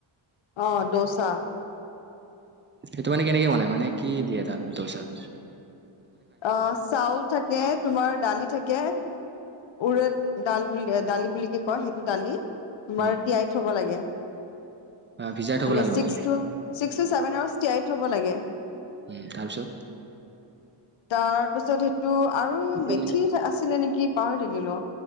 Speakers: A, on the left; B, on the right.
A: অ দোচা
B: সেইটো মানে কেনেকে বনাই মানে কি দিয়ে তাত দচাত
A: অ চাউল থাকে তোমাৰ দালি থাকে উৰে ডাল বুলি দালি বুলিকে কয় সেইটো দালি তোমাৰ
B: উম
A: তিয়াই থব লাগে <unintelligible>
B: আহ ভিজাই থ'ব লাগে মানে উম তাৰপিছত
A: তাৰ পিছত সেইটো আৰু
B: এইটো
A: মেথি
B: মানে
A: আছিলে নেকি পাহৰি থাকিলো।